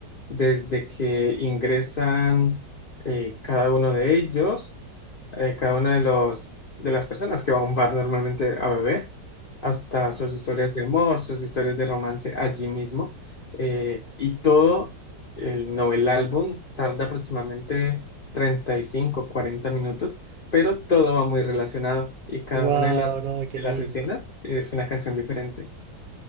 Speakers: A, on the left (about 80°); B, on the right (about 60°).
A: desde que ingresan eh, cada uno de ellos eh, cada una de los de las personas que va a un bar normalmente a beber, hasta sus historias de amor, sus historias de romance allí mismo. eh, y todo el novel álbum tarda aproximadamente 35 40 minutos, pero todo va muy relacionado y cada
B: Wow,
A: una de las,
B: no, qué
A: de
B: lindo.
A: las escenas es una canción diferente.